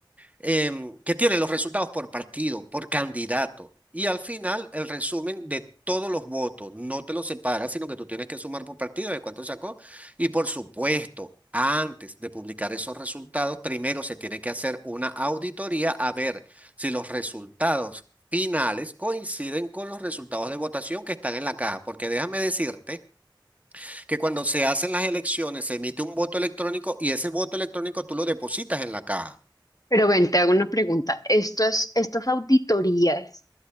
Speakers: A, on the right; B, on the left.
A: em, que tiene los resultados por partido, por candidato. Y al final, el resumen de todos los votos. No te los separa, sino que tú tienes que sumar por partido de cuánto sacó. Y por supuesto, antes de publicar esos resultados, primero se tiene que hacer una auditoría a ver si los resultados finales coinciden con los resultados de votación que están en la caja. Porque déjame decirte que cuando se hacen las elecciones, se emite un voto electrónico y ese voto electrónico tú lo depositas en la caja.
B: Pero ven, te hago una pregunta. Estas, estas auditorías,